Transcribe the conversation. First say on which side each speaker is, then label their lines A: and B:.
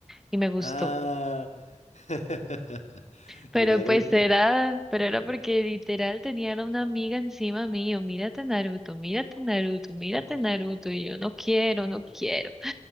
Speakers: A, in the centre; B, on the left (about 70°).
A: y me gustó.
B: Ah, <laughs>
A: Pero
B: Naruto.
A: pues era, pero era porque literal tenían a una amiga encima mío, mírate Naruto, mírate Naruto, mírate Naruto, y yo no quiero, no quiero,